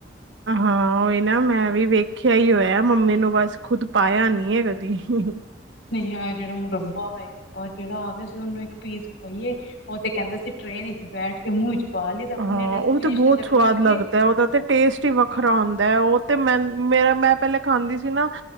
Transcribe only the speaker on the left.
ਨਹੀਂ ਆ ਜਿਹੜਾ ਮੁਰੱਬਾ ਆਏ ਰੱਬਾ ਜਿਹੜਾ ਆਵੇ ਸੀ ਉਹਨੂੰ ਇੱਕ ਪੀਸ ਪਾਈਏ। ਉਹ ਤੇ ਕਹਿੰਦੇ ਸੀ ਟ੍ਰੇਨ ਵਿੱਚ ਬੈਠ ਕੇ ਮੂੰਹ ਚ ਪਾ ਲਈ ਤੇ ਆਪਣੇ
ਡੈਸਟੀਨੇਸ਼ਨ
ਤੇ ਪਹੁੰਚ
ਗਏ।